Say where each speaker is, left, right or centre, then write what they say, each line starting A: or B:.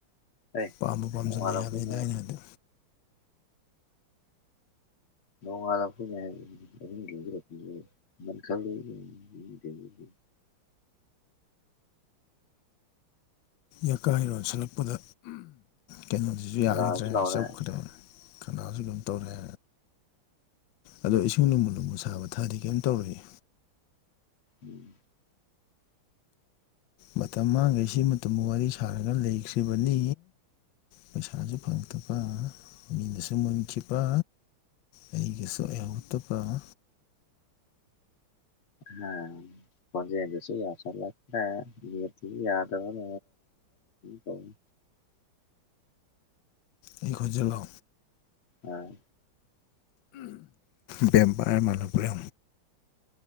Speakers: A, on the left; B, on the left.
A: ꯑꯦ
B: ꯄꯥꯝꯕꯨ ꯄꯥꯝꯖꯤꯟꯂꯛꯑꯦ
A: ꯅꯣꯡꯉꯥꯜꯂꯛꯄꯩ
B: ꯍꯥꯏꯕꯅꯤꯗ ꯑꯩꯅ ꯍꯥꯏꯗꯤ
A: ꯅꯣꯡꯉꯥꯜꯂꯛꯄꯩ <unintelligible> <unintelligible> <unintelligible> <unintelligible> <unintelligible>
B: ꯌꯥꯀꯥꯏꯔꯣꯁꯜꯂꯛꯄꯗ ꯀꯩꯅꯣꯗꯨꯁꯨ
A: ꯍꯜꯂꯛꯑꯁꯨ
B: ꯌꯥꯈꯤꯗ꯭ꯔꯦ
A: ꯂꯥꯎꯔꯦ
B: ꯆꯞꯈ꯭ꯔꯦ ꯈꯥꯅꯎꯁꯨ ꯀꯩꯅꯣꯝ ꯇꯧꯔꯦ ꯑꯗꯣ ꯏꯁꯤꯡ ꯂꯨꯝꯕꯨ ꯂꯨꯝꯕꯨ ꯁꯥꯕ ꯊꯥꯛꯑꯗꯤ ꯀꯩꯝ ꯇꯧꯔꯣꯢꯑꯦ
A: ꯎꯝ
B: ꯃꯇꯝ ꯃꯥꯡꯉꯩ ꯁꯤ ꯃꯇꯝꯕꯨ ꯋꯥꯔꯤ ꯁꯥꯔꯒ ꯂꯩꯈ꯭ꯔꯤꯕꯅꯤ ꯄꯩꯁꯥꯁꯨ ꯐꯪꯛꯇꯕ ꯃꯤꯅꯁꯨ ꯃꯨꯟꯈꯤꯕ ꯑꯩꯒꯤꯁꯨ ꯑꯣꯢꯍꯧꯇꯕ
A: ꯑꯥ ꯈꯣꯟꯖꯦꯟꯗꯨꯁꯨ ꯌꯥꯁꯤꯟꯂꯛꯇ꯭ꯔꯦ ꯅꯦꯠꯁꯤꯁꯨ ꯌꯥꯗꯕ <unintelligible> <unintelligible> <unintelligible> <unintelligible>
B: ꯑꯩ ꯈꯣꯟꯖꯦꯟꯂꯣ
A: ꯑꯥ
B: ꯕꯦꯝꯄꯤꯔ ꯃꯥꯂꯛꯄ